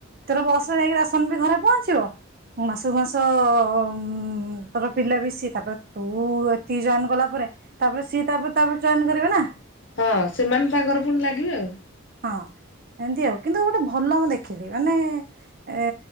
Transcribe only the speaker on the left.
ହଁ ସେମାନେ ତାଙ୍କର ପୁଣି ଲାଗିବେ ଆଉ।